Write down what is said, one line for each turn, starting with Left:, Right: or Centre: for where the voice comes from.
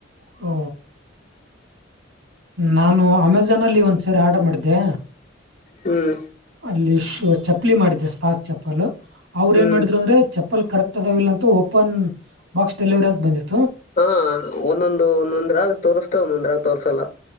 Right: ಹ್ಮ ನಾನು ಅಮೆಜಾನ್ ಅಲ್ಲಿ ಒಂದ್ ಸರಿ ಆರ್ಡರ್ ಮಾಡಿದ್ದೆ
Left: ಹ್ಮ್
Right: ಅಲ್ಲಿ ಚಪ್ಪಲಿ ಮಾಡಿದ್ದ ಸ್ಪಾಕ್ ಚಪ್ಪಲ್ ಅವ್ರು
Left: ಹ್ಮ್
Right: ಏನ್ ಮಾಡಿದ್ರು ಅಂದ್ರೆ ಚಪ್ಪಲ್ ಕರೆಕ್ಟ್ ಲ್ಲ ಅಂತ ಓಪನ್ ಬಾಕ್ಸ್ ಡೆಲಿವರಿ ಅಂತ ಬಂದಿತ್ತು
Left: ಹಾ ಒಂದೊಂದು ಒಂದೊಂದ್ರಾಗ ತೋರ್ಸ್ತ ಒಂದೊಂದ್ರಾಗ ತೋರ್ಸಲ್ಲ